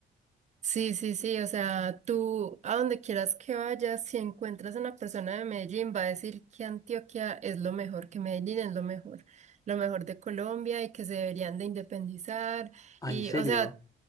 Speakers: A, on the right (about 35°); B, on the left (about 15°).
A: Sí, sí, sí, o sea, tú a donde quieras que vayas, si encuentras a una persona de Medellín, va a decir que Antioquia es lo mejor, que Medellín es lo mejor, lo mejor de Colombia y que se deberían de independizar.
B: Ah,
A: Y,
B: ¿en serio?
A: o sea,